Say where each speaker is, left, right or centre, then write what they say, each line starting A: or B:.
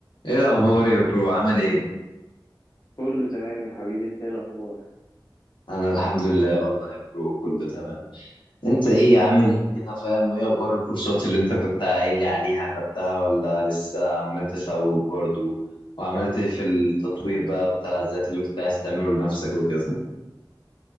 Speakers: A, on the left; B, on the left.
A: ايه الاخبار يا برو عامل ايه
B: كله تمام يا حبيبي انت ايه الاخبار
A: انا الحمد لله والله يا برو كله تمام انت ايه
B: الحمد
A: عامل
B: لله
A: ايه
B: تمام.
A: كده فاهم وايه اخبار الكورسات اللي انت كنت قايل لي عليها خدتها ولا لسه عمال تسوق برضو وعملت إيه في التطوير بقى بتاع الذات اللي كنت عايز تعمله لنفسك وكذا